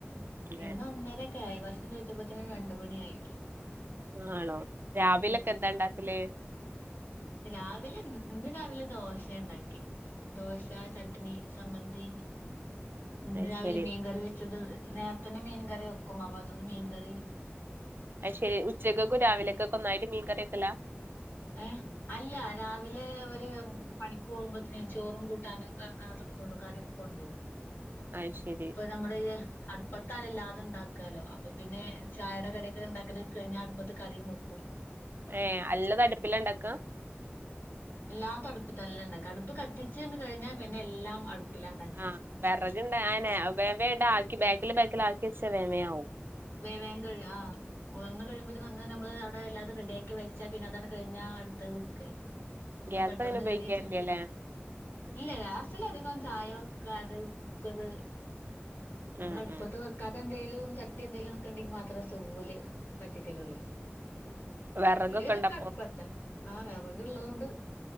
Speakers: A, on the right; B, on the left.
A: അതെ
B: ഇന്ന് ഒന്നര യി ഭക്ഷണംകഴിച്ചപ്പോ തന്നെ രണ്ട് മണിയായി
A: ആ ആണോ രാവിലൊക്കെ
B: ഉം
A: എന്താ ഉണ്ടാക്കല്
B: രാവിലെ ഇന്ന് രാവിലെ ദോശ ഉണ്ടാക്കി ദോശ ചട്നി സംമ്മന്തി ഇന്ന്
A: അത്
B: രാവിലെ
A: ശരി
B: മീൻകറി വെച്ചത് നേരത്ത തന്നെ മീൻകറി വെക്കും അപ്പ അതുകൊണ്ട് മീൻകറി
A: അയ് ശരി ഉച്ചക്കക്കെ രാവിലക്കൊക്കെ ഒന്നായിട്ട് മീൻ കറി വെക്കല
B: ഏഹ് അല്ല രാവിലെ ഒരു പണിക്ക് പോകുമ്പോത്തനേ ചോറും കൂട്ടാനും ഒക്കെ അതൊക്കെ കൊണ്ടുപോകും കറിയൊക്കെ കൊണ്ടുപോകും
A: അയ് ശരി
B: നമ്മള് അടുപ്പത്താണ് എ ല്ലാത ണ്ടാക്കാലോ അപ്പൊ പിന്നെ ചായയുടെ കടിയൊക്കെ ണ്ടാക്കല് കഴിഞ്ഞാ അടുപ്പത്ത് കറിയും വെക്കും
A: ഏ അല്ലത് അടുപ്പില ണ്ടാക്ക
B: എല്ലാത്ത അടുപ്പിൽ തല്ലാം ഉണ്ടാക്ക അടുപ്പ് കത്തിച്ച് കഴിഞ്ഞാ പിന്നെ എല്ലാം അടുപ്പിലാണ്ടാക്ക
A: ആഹ് വിറകുണ്ട ആനെ വേം വേം ണ്ട ആക്കി ബാക്കിൽ ബാക്കിൽ ആക്കി വച്ച വേമയാവും
B: വേ വേഗം കഴിയും ഒന്ന് കഴിയുമ്പോത്തേ നം വന്ന് നമ്മള് അവിടെ എല്ലാതെ റെഡിയാക്കി വെച്ച പിന്നെ അതാണ് കഴിഞ്ഞാ അടുത്ത് വെക്കല് അപ്പൊ
A: ഗ്യാസ്
B: പെട്ടന്ന്
A: അങ്ങനെ ഉപയോഗിക്കാറില്ലല്ലേ
B: കഴിയും ചെയ്യും ഇല്ല ഗ്യാസില അധികം ചായ വെക്കാത കുക്കറ് നമ്മൾ
A: ഉം
B: അടുപ്പത്ത്
A: ഉം
B: വെക്കാതെ എന്തേലും ചട്ടി എന്തേലും ക്കണ്ടെങ്കിൽ മാത്രേ സ്റ്റൗവ്വല് കത്തിക്കലള്ളൂ
A: വിറകൊക്കെ
B: ഒരുവിതൊക്കെ
A: ഉണ്ടപ്പൊ
B: അടുപ്പത്താ ആഹ് വിറക് ഉള്ളത് കൊണ്ട്